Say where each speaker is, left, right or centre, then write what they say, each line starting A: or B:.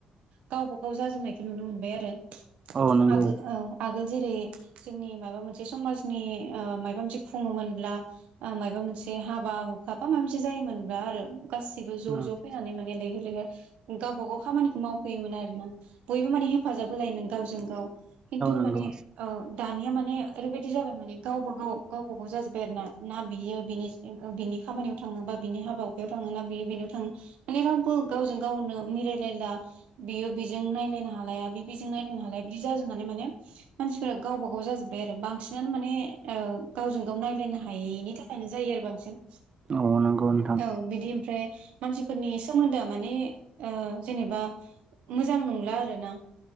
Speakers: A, on the right; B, on the right.
A: गावबा गाव जाजोबनायखौ नुनो मोनबाय आरो।
B: औ नंगौ
A: आगोल औ आगोल जेरै जोंनि माबा मोनसे समाजनि। माबा मोनसे खुङोमोनब्ला माबा मोनसे हाबा हुखा बा माबा मोनसे जायोमोनब्ला आरो। गासिबो ज
B: औ
A: ज फैनानै माने लैहोर लैहोर गावबा गाव खामानिखौ। मावफैयोमोन आरोना बयबो माने हेफाजाब होलायोमोन गावजों गाव खिन्थु
B: नंगौ
A: माने। दानिया माने ओैबायदि जाबाय माने। गावबा गाव गावबा गाव जाजोब्बाय आरोना ना बियो बिनि बिनि खामानियाव थांङो बा बिनि हाबा हुखायाव थांङो। बिनियाव थांङो माने रावबो गावजों गावनो मिलायलायला बियो बेजों नायलायनो हा हालाया बे बिदिजों नायनो हालाया बिदि जाजोबनानै माने मानसिफोरा गावबा गाव जाजोब्बाय आरो बांसिनानो माने। गावजों गाव नायलायनो हायैनि थाखायनो जायो आरो बांसिन।
B: औ नंगौ नोंथां।
A: औ बिदि ओमफ्राय मानसिफोरनि सोमोन्दोआ माने जेनेबा। मोजां नंला आरो ना।